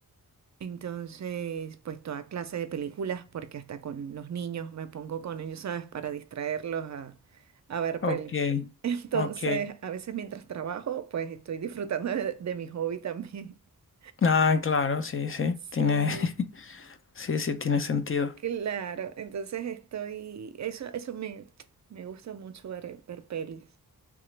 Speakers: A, on the right; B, on the left.
A: Entonces, pues toda clase de películas, porque hasta con los niños me pongo con ellos, ¿sabes? Para distraerlos a, a ver
B: Ok,
A: peli. <laughs> Entonces,
B: ok.
A: a veces mientras trabajo, pues estoy disfrutando de, de mi hobby también. <laughs>
B: Ah, claro, sí, sí.
A: Sí,
B: Tiene, <laughs> sí, sí, tiene sentido.
A: claro. Entonces estoy, eso, eso me, me gusta mucho ver, ver pelis.